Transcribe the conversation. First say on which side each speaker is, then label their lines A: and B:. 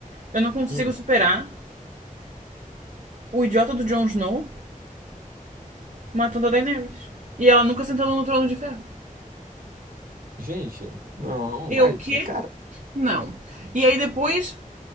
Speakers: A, on the right; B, on the right.
A: Eu não consigo
B: Hum,
A: superar o idiota do Jon Snow matando a Daenerys. E ela nunca sentando no trono de ferro.
B: gente, não, vai,
A: Eu o quê?
B: cara,
A: Não. E aí depois,